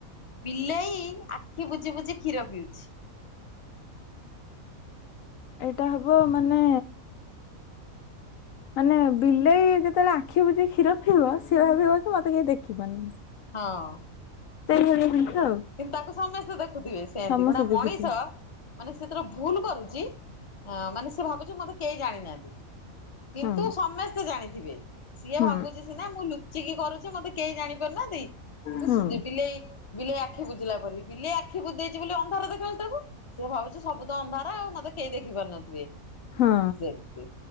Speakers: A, on the left; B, on the left.
A: ବିଲେଇ ଆଖି ବୁଜି ବୁଜି କ୍ଷୀର ପିଉଛି।
B: ଏଇଟା ହବ ମାନେ ମାନେ ବିଲେଇ ଯେତେବେଳେ ଆଖି ବୁଜି କ୍ଷୀର ପିଇବ, ସେ ଭାବିବ କି ମତେ କେହି ଦେଖିବନି।
A: ହଁ।
B: ସେଇଭଳିଆ ଜିନିଷ ଆଉ।
A: କିନ୍ତୁ ତାକୁ ସମସ୍ତେ ଦେଖୁଥିବେ ସେମିତି
B: ସମସ୍ତେ
A: ଗୋଟେ ମଣିଷ
B: ଦେଖୁଥିବେ
A: ମାନେ ସେ ଯେତେବେଳେ ଭୁଲ କରୁଛି, ମାନେ ସେ ଭାବୁଛି ମତେ କେହି ଜାଣିନାହାନ୍ତି। କିନ୍ତୁ
B: ହଁ
A: ସମସ୍ତେ ଜାଣିଥିବେ ସିଏ
B: ହୁଁ
A: ଭାବୁଛି ସିନା ମୁଁ ଲୁଚିକି କରୁଛି ମତେ କେହି ଜାଣିପାରୁନାହାନ୍ତି କିନ୍ତୁ
B: ହୁଁ।
A: ବିଲେଇ ବିଲେଇ ଆଖି ଆଖି ବୁଝିଲା ପରି। ବିଲେଇ ଆଖି ବୁଜିଦେଇଛି ବୋଲି ଅନ୍ଧାର ଦେଖା ଯାଉଛି ତାକୁ। ସିଏ ଭାବୁଛି ସବୁ ତ ଅନ୍ଧାର ଆଉ ମତେ କେହି ଦେଖିପାରୁନଥିବେ।
B: ହଁ
A: ସେମତି